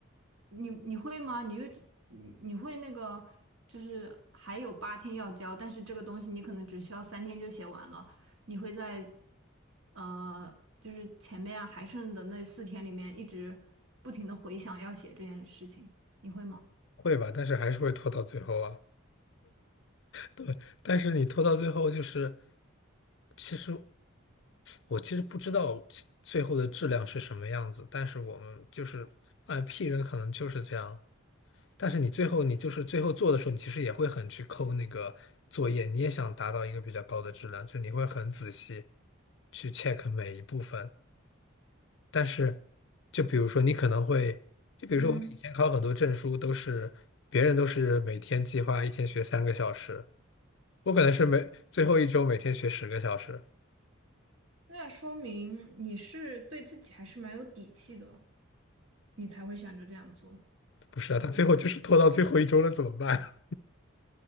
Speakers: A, on the right; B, on the left.
A: 你你会吗？你就你你会那个，就是还有八天要交，但是这个东西你可能只需要三天就写完了，你会在呃，就是前面啊还剩的那四天里面一直不停的回想要写这件事情，你会吗？
B: 会吧？但是还是会拖到最后啊。对，但是你拖到最后，就是其实我其实不知道其最后的质量是什么样子，但是我们就是哎，P 人可能就是这样。但是你最后你就是最后做的时候，你其实也会很去抠那个作业，你也想达到一个比较高的质量，就是你会很仔细去 check 每一部分。但是，就比如说你可能会，就比如说我们以前考很多证书都是，
A: 嗯，
B: 别人都是每天计划一天学三个小时，我可能是每最后一周每天学十个小时。
A: 那说明你是对自己还是蛮有底气的。你才会想着这样做，
B: 不是啊，
A: 对吧？
B: 他最后就是拖到最后一周了，怎么办？